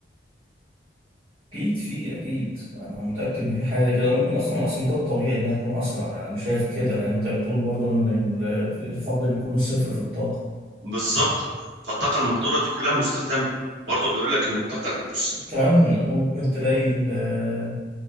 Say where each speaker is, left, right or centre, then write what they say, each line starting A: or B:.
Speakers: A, on the right; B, on the right.
A: اكيد في اكيد انا متاكد ان في حاجه كده ممكن اصلا اصلا ده الطبيعي انها تكون اسرع يعني انا شايف كده لان انت بتقول برضه ان ال- الفقد بيكون صفر في الطاقه
B: بالظبط فالطاقه المهدوره دي كلها مستخدمه برضه بيقول لك ان الطاقه بص
A: كمان ممكن تلاقي ال-